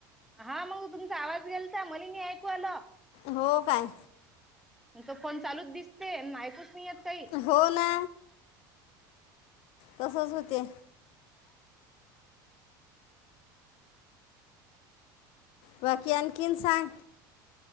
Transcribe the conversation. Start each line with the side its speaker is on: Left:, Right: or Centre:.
Centre: हा मग तुमचा आवाज गेलता मलिनी ऐकू अल
Left: हो काय
Centre: तो फोन चालूच दिसते ऐकूच नाही येत काही
Left: हो ना तसच होते बाकी आणखीन सांग